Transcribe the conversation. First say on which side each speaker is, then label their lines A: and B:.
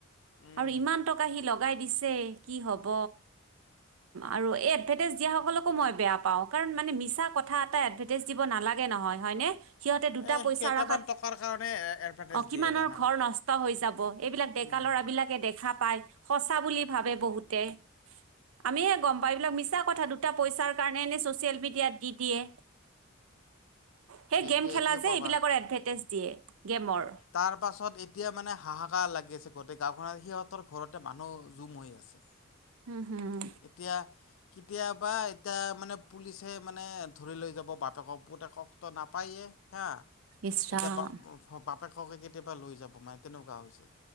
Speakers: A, on the left; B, on the right.
A: উম
B: আৰু ইমান টকা সি লগাই দিছে কি হব। আৰু এই এডভাৰটাইজ দিয়াসকলকো মই বেয়া পাওঁ, কাৰণ মানে মিছা কথা এটা এডাৰ দিব নালাগে নহয়, হয়নে? সিহঁতে দুটা
A: এই
B: পইচা
A: কেইটামান
B: ৰখাত,
A: টকাৰ কাৰণে এডভাৰটাইজ
B: অ' কিমানৰ
A: দিয়ে জানানে।
B: ঘৰ নষ্ট হৈ যাব এইবিলাক ডেকা
A: উম।
B: লৰাবলাকে দেখা পায় সঁচা বুলি ভাবে বহুতে। আমি হে গম পাওঁ এইবিলাক মিছা কথা দুটা পইচাৰ কাৰণে ছচিয়েল মিডিয়াত দি দিয়ে, সেই
A: সেইটোৱে
B: গেম খেলা
A: কি
B: যে
A: কৰবা।
B: এইবিলাকৰ এদভাৰটেজ দিয়ে, গেমৰ।
A: তাৰ পাছত এতিয়া মানে হাহাকাৰ লাগি আছে, গোটেই গাঁওখনত সিহঁতৰ ঘৰতে মানুহ জুম হৈ আছে।
B: হম।
A: এতিয়া কেতিয়াবা এতিয়া মানে পুলিচে মানে ধৰি লৈ যাব বাপেকক, পুতেক ট নাপায়ে। হে,
B: ইচৰাম
A: এতিয়া ব বাপেককে কেতিয়াবা লৈ যাব, মানে তেনেকুৱা হৈছে‌।